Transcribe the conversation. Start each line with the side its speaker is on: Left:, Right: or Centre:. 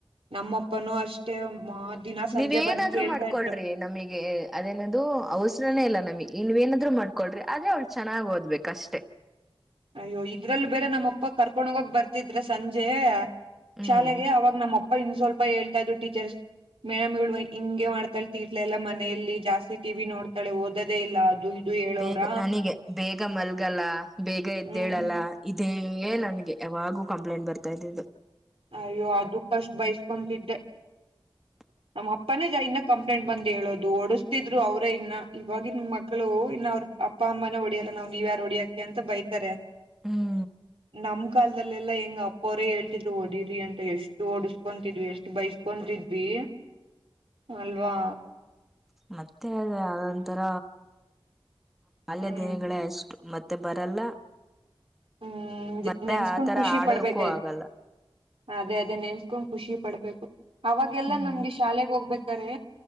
Right: ನಮ್ಮಪ್ಪನೂ ಅಷ್ಟೇ ಮಾ ದಿನ ಸಂಜೆ
Centre: ನೀವೇನಾದ್ರು
Right: ಬಂದ್ ಕೇಳ್ತಾ
Centre: ಮಾಡ್ಕೊಳ್ರಿ
Right: ಇದ್ರು
Centre: ನಮಗೆ ಅದೇನದು ಅವಸರನೇ ಇಲ್ಲ ನಮಗೆ ಇ ನೀವೇಏನಾದ್ರು ಮಾಡ್ಕೊಳ್ರಿ ಆದ್ರೆ ಅವ್ಳ ಚೆನ್ನಾಗಿ ಓದ್ಬೇಕ ಅಷ್ಟೇ.
Right: ಅಯ್ಯೋ ಇದ್ರಲ್ಲ ಬೇರೆ ನಮ್ಮಪ್ಪ ಕರ್ಕೊಂಡ ಹೋಗಕ್ ಬರ್ತಿದ್ರ ಸಂಜೆ
Centre: ಹ್ಮ್
Right: ಶಾಲೆಗೆ ಅವಾಗ ನಮ್ಮ ಅಪ್ಪ ಇನ್ ಸ್ವಲ್ಪ ಹೇಳ್ತಾ ಇದ್ರು ಟೀಚರ್ಸ್. ಮೇಡಮ್ ಇವಳ ಹಿಂಗೆ ಮಾಡ್ತಾಳೆ ತೀಟ್ಲಲ್ಲ ಮನೆಯಲ್ಲಿ ಜಾಸ್ತಿ ಟಿವಿ ನೋತಾಳ ಓದೋದೇ ಇಲ್ಲ ಅದು ಇದು. ಹೇಳೋರ
Centre: ಬೇಗ ನನಗೆ ಬೇಗ ಮಲ್ಗಲ್ಲ ಬೇಗ ಎದ್ದೇಳಲ್ಲ
Right: ಹ್ಮ್
Centre: ಇದೇ ನನ್ಗೆ. ಯಾವಾಗೂ ಕಂಪ್ಲೇಂಟ್ ಬರ್ತಾ ಇದಿದ್ದು.
Right: ಅಯ್ಯೋ ಅದಕ್ಕಷ್ಟು ಬೈಯಸ್ಕೊತಿದ್ದೆ.
Centre: <inaudible>
Right: ನಮ್ಮ ಅಪ್ಪನೇ ಈಗ ಇನ್ನ ಕಂಪ್ಲೇಂಟ್ ಬಂದು ಹೇಳೋದು ಓಡಸ್ತಿದ್ರು ಅವ್ರೇ ಇನ್ನ ಇವಾಗಿನ್ ಮಕ್ಳು ಇನ್ನ ಅವ್ರರು. ಅಪ್ಪ ಅಮ್ಮನೇ ಹೊಡಿಯಲ್ಲ ನಾವ್ ನೀವ ಯಾರ ಹೊಡಿಯಾಕೆ ಅಂತ ಬೈತಾರೆ.
Centre: ಹಮ್.
Right: ನಮ್ ಕಾಲ್ದಲ್ಲೆಲ್ಲ ಹೆಂಗ ಅಪ್ಪ ಅವರೇ ಹೇಳ್ತಿದ್ರು. ಹೊಡರಿ ಅಂತ ಎಷ್ಟು ಒಡಸ್ಕೊತಿದ್ವಿ ಎಷ್ಟು ಬೈಸ್ಕೊತಿದ್ವಿ ಅಲ್ವಾ.
Centre: ಮತ್ತೆ ಅದ ಆದಂತರ ಅಲ್ಲೇ
Right: ಹ್ಮ್
Centre: ದಯಗಳೇ ಎಷ್ಟು ಮತ್ತ. ಮತ್ತೆ ಬರಲ್ಲ
Right: ಹ್ಮ್
Centre: ಮತ್ತೆ
Right: ನೆನ್ಸ್ಕೊಂಡ್
Centre: ಆತರ
Right: ಖುಷಿ
Centre: ಆಡೋದಕ್ಕೂ
Right: ಪಡ್ಬೇಕಾಯ್
Centre: ಆಗಲ್ಲ.
Right: ಅದೇ ಅದೇ ನೆನ್ಸ್ಕೊಂಡ್ ಖುಷಿ ಪಡ್ಬೇಕು ಅವಾಗೆಲ್ಲಾ
Centre: ಹ್ಮ್
Right: ನಮ್ಗೆ ಶಾಲೆೆಗೆ ಹೋಗ್ಬೇಕರೆ.